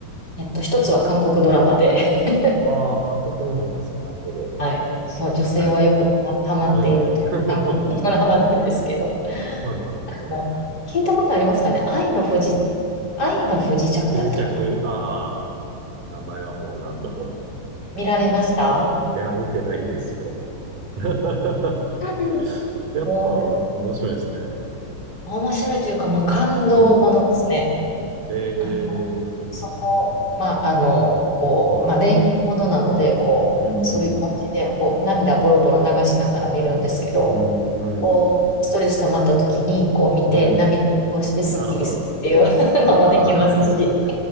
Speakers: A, on the left; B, on the right.
A: えっと、一つは韓国ドラマで、
B: うん、
A: <laughs>
B: ああ、韓国ドラマです。なるほど。
A: はい。そう、女性はよくハマハマっているという韓国ドラマなんですけど。
B: はいはい。うん。<laughs> はいはいはいはい。
A: の聞いたことありますかね愛の不時、愛の不時着だったかな
B: 不時着。ああ、名前はもう何度も。
A: 見られました
B: いや、見てないんですよ。<laughs>
A: うん
B: やっぱお面白いですね。
A: もう、面白いというか、まあ、感動ものですね。
B: うん。ええそうな
A: あ、そこ、まあ、あの、こう、
B: の。はい。
A: まあ、恋愛ものなので、こう、
B: うんうん
A: そういう感じで、こう、涙ボロボロ流しながら見るんですけど、
B: うん。うんうん
A: こう、ストレス溜まった時に、こう、見て、
B: うん。
A: 涙をしてスッキリするっていう
B: なるほど。ああ、
A: <laughs> のもできますし。
B: <laughs> いいです。